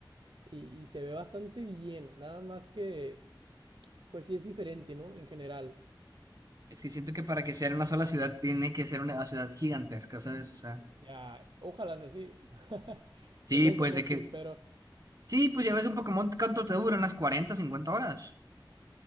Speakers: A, on the right; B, on the right.
A: y, y se ve bastante bien, nada más que pues sí es diferente, ¿no? En general.
B: Es que siento que para que sea una sola ciudad tiene que ser una ciudad gigantesca, ¿sabes? O sea.
A: Ya, ojalá sea así. <laughs>
B: Sí,
A: Es lo
B: pues
A: menos
B: de que.
A: que espero.
B: Sí, pues ya ves un Pokémon, ¿cuánto te dura? ¿Unas 40 50 horas?